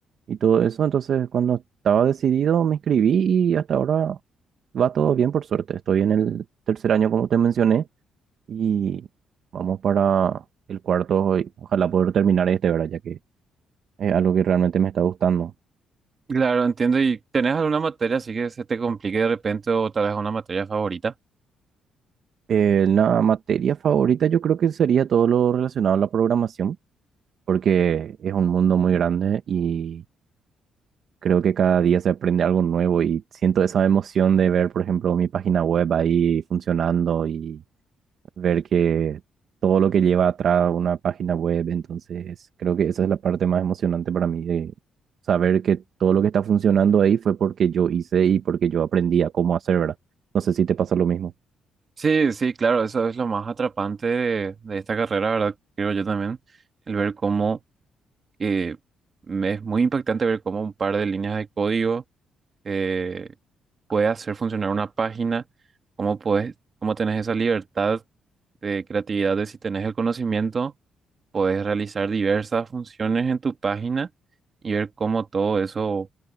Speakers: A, on the right; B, on the right.
A: y todo eso. Entonces, cuando estaba decidido, me inscribí y hasta ahora va todo bien, por suerte. Estoy en el tercer año, como te mencioné, y vamos para el cuarto. y Ojalá poder terminar este, ¿verdad? Ya que es algo que realmente me está gustando.
B: Claro, entiendo. ¿Y tenés alguna materia así que se te complique de repente o tal vez una materia favorita?
A: Eh, la materia favorita yo creo que sería todo lo relacionado a la programación, porque es un mundo muy grande y Creo que cada día se aprende algo nuevo y siento esa emoción de ver, por ejemplo, mi página web ahí funcionando y ver que todo lo que lleva atrás una página web, entonces creo que esa es la parte más emocionante para mí de saber que todo lo que está funcionando ahí fue porque yo hice y porque yo aprendí a cómo hacer, ¿verdad? No sé si te pasa lo mismo.
B: Sí, sí, claro, eso es lo más atrapante de, de esta carrera, ¿verdad? Creo yo también, el ver cómo eh, me- es muy impactante ver cómo un par de líneas de código eh, puede hacer funcionar una página, cómo puedes, cómo tenés esa libertad de creatividad de si tenés el conocimiento, puedes realizar diversas funciones en tu página y ver cómo todo eso